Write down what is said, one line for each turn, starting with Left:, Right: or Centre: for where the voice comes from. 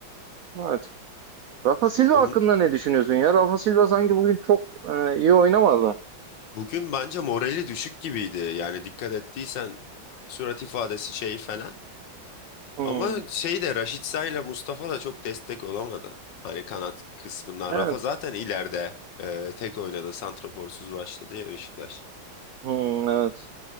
Right: Evet. Rafa Silva
Left: Onun,
Right: hakkında ne düşünüyorsun ya? Rafa Silva sanki bugün çok e, iyi oynamadı.
Left: Bugün bence morali düşük gibiydi. Yani dikkat ettiysen surat ifadesi şey falan.
Right: Hmm,
Left: Ama şey de Raşitsa ile Mustafa da çok destek olamadı. Hani kanat kısmından.
Right: Evet.
Left: Rafa zaten ileride e, tek oynadı. Santraforsuz başladı ya Beşiktaş.
Right: Hmm, evet.